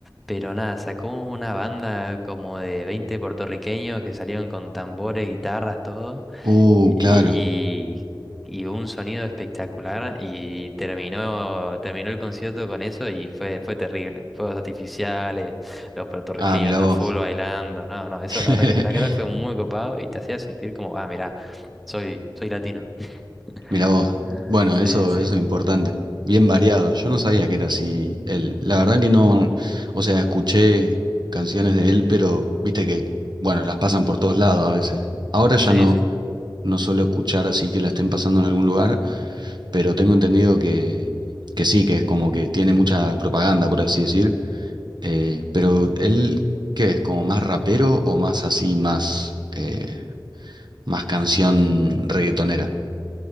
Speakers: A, in the centre; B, on the right.
A: pero nada, sacó una banda como de 20 puertorriqueños que salieron con tambores, guitarras, todo,
B: Uh,
A: y,
B: claro.
A: y- y un sonido espectacular, y terminó, terminó el concierto con eso y fue, fue terrible. Fuegos artificiales, los puertorriqueños
B: Ah, mira
A: a
B: vos.
A: full bailando, no, no, eso
B: <laughs>
A: la verdad que la verdad fue muy copado y te hacía sentir como, ah, mirá, soy, soy latino. <laughs>
B: Mira vos. Bueno,
A: Sí,
B: eso,
A: sí.
B: eso es importante. Bien variado. Yo no sabía que era así él. La verdad que no, o sea, escuché canciones de él, pero viste que, bueno, las pasan por todos lados a veces. Ahora ya
A: Sí,
B: no,
A: sí.
B: no suelo escuchar así que la estén pasando en algún lugar, pero tengo entendido que, que sí, que es como que tiene mucha propaganda, por así decir. Eh, pero él, ¿qué es? ¿Como más rapero o más así, más... eh, más canción reggaetonera.